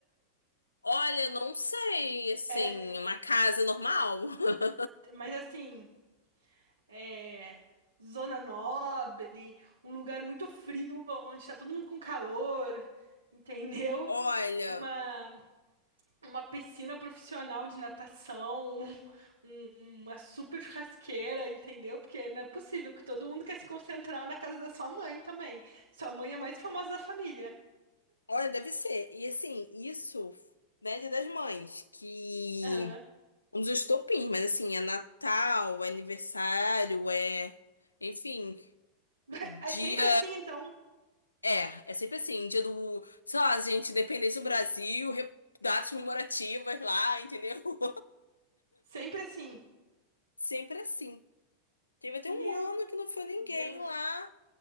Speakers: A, on the left; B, on the right.
A: Olha, não sei, assim,
B: É,
A: uma casa normal. <laughs>
B: mas assim, é, zona nobre, um lugar muito frio, onde está todo mundo com calor, entendeu?
A: Olha,
B: Uma, uma piscina profissional de natação, um- um, uma super churrasqueira, entendeu? Porque não é possível que todo mundo quer se concentrar na casa da sua mãe também. Sua mãe é a mais famosa da família.
A: olha, deve ser. E assim, isso, né, Dia das Mães, que.
B: Aham.
A: Um dos estopins, mas assim, é Natal, é aniversário, é. Enfim,
B: <laughs>
A: dia.
B: É sempre assim, então.
A: É, é sempre assim, dia do. Sei lá, gente, independência do Brasil, re- datas comemorativas lá, entendeu? <laughs>
B: Sempre assim.
A: Sempre assim. Teve até
B: Meu
A: um ano que não foi ninguém
B: Deus.
A: lá,